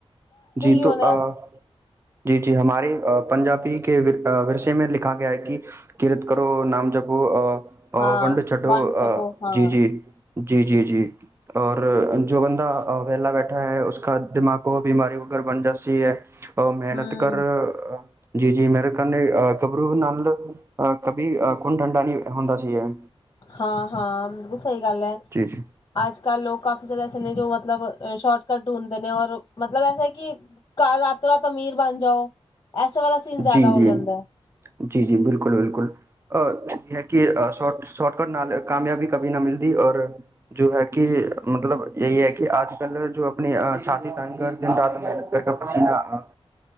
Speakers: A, on the right (about 25°); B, on the left (about 35°).
A: ਜੀ ਤੋਂ
B: ਹੋਣਾ
A: ਅ ਜੀ-ਜੀ ਹਮਾਰੇ ਪੰਜਾਬੀ ਠੀਕ ਏ ਵਿਰ-ਵਿਰਸੇ ਮੇ ਲਿੱਖਾ ਗਿਆ ਹੈ ਕਿ ਕੀਰਤ ਕਰੋ ਨਾਮ ਜਪੋ ਅ-ਅ
B: ਹਾਂ
A: ਵੰਡ ਛੱਡੋ
B: ਸਕੋ
A: ਅਹ
B: ਹਾਂ
A: ਜੀ-ਜੀ। ਜੀ-ਜੀ-ਜੀ ਔਰ ਜੋ ਬੰਦਾ ਵੇਹਲਾ ਬੈਠ ਹੈ ਉਸਦਾ ਦਿਮਾਗ ਕੋ ਬਿਮਾਰਿਯੋ ਅਗਰ ਬੰਦਾ ਸਈ ਹੈ ਅ ਮਿਹਨਤ
B: ਹਮ
A: ਕਰ ਜੀ-ਜੀ ਮੇਰੇ ਕੇ ਗਬਰੂ ਨਾਲ ਅ ਕਭੀ ਖੂਨ ਠੰਡਾ ਨੀ ਹੁੰਦਾ ਸੀ ਇਹ
B: ਹਾਂ-ਹਾਂ <unintelligible> ਸਈ ਗੱਲ ਐ
A: ਜੀ
B: ਅੱਜ ਕ ਲੋਕ ਕਾਫੀ ਜਾਦਾ ਐਸੇ ਨੇ ਜੋ ਮਤਲਬ ਸ਼ੋਰਟਕਟ ਢੂੰਡਦੇ ਨੇ ਔਰ ਮਤਲਬ ਐਸਾ ਕਿ ਕਦ ਰਾਤੋ ਰਾਤ ਅਮੀਰ ਬਣ ਜਾਓ ਐਸੇ ਵਾਲਾ ਸੀਨ ਜ਼ਿਆਦਾ
A: ਜੀ-ਜੀ-ਜੀ-ਜੀ
B: ਹੋ ਜਾਂਦਾ ਹੈ
A: ਬਿਲਕੁੱਲ-ਬਿਲਕੁੱਲ ਅ ਹੈ ਕੇ ਸ਼ੋ ਸ਼ੋਟਕਟ ਨਾਲ ਕਾਮਯਾਬੀ ਕਭੀ ਨਾ ਮਿਲਦੀ ਔਰ ਜੋ ਹੈ ਕਿ ਮਤਲਬ ਏ ਐ ਕਿ ਆਜ ਕੱਲ ਜੋ ਆਪਣੀ ਛਾਤੀ ਤਾਨ ਕਰ ਦਿਨ ਰਾਤ ਮਿਹਨਤ ਕਰਕੇ ਪਸੀਨਾ